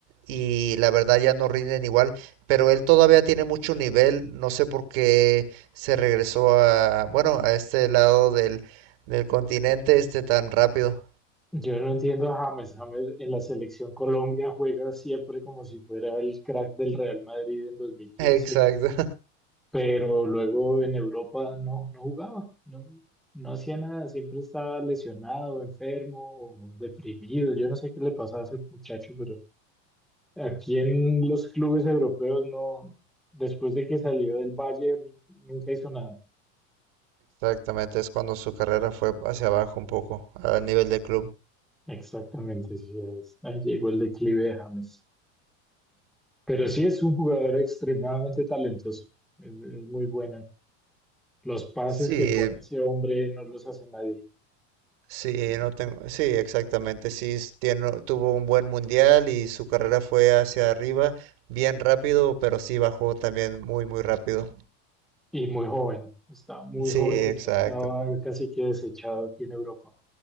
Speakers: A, on the right; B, in the centre.
A: y la verdad ya no rinden igual, pero él todavía tiene mucho nivel, no sé por qué se regresó a, bueno, a este lado del, del continente este tan rápido.
B: Yo no entiendo a James. James en la selección Colombia juega siempre como si fuera el crack del Real Madrid en 2015
A: <laughs> Exacto.
B: pero luego en Europa no, no jugaba, no, no hacía nada, siempre estaba lesionado, enfermo, o deprimido, yo no sé qué le pasaba a ese muchacho, pero aquí en los clubes europeos no, después de que salió del Bayern, nunca hizo nada.
A: Exactamente, es cuando su carrera fue hacia abajo un poco, a nivel de club.
B: Exactamente, sí es. Ahí llegó el declive de James. Pero sí es un jugador extremadamente talentoso, es, es muy bueno. Los pases
A: Sí,
B: que pone ese hombre no los hace nadie.
A: sí, no tengo, sí, exactamente, sí, es- tiene- tuvo un buen mundial y su carrera fue hacia arriba, bien rápido, pero sí bajó también muy, muy rápido.
B: Y muy joven, está muy
A: Sí,
B: joven y
A: exacto,
B: ya estaba casi que desechado aquí en Europa.